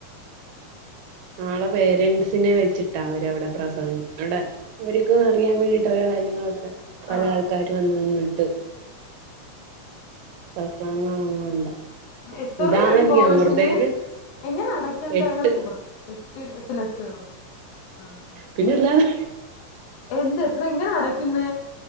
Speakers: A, on the left (about 75°); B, on the right (about 85°).
A: <inaudible>
B: നാളെ പേരൻറ്സിനെ വെച്ചിട്ടാ അവരവിടെ പ്രസംഗ അവടെ അവര്ക്ക് അറിയാൻ വേണ്ടിയിട്ട് അവര കാര്യങ്ങളൊക്കെ പല
A: ആഹ്
B: ആൾക്കാരു വന്ന് നിന്ന്ട്ട് <unintelligible>
A: എത്രയടി
B: ഇതാണല്ലേ
A: കോഴ്സിന്
B: അമൃതേല്
A: എങ്ങനെ അടയ്ക്കേണ്ട്
B: എട്ട്
A: അങ്ങനെയൊക്കെ പറ എട്ട് എട്ട് ലക്ഷോ ആഹ്
B: പിന്നെല്ലാതെ
A: എന്ത് എത്ര എങ്ങനാ അടയ്ക്കുന്നേ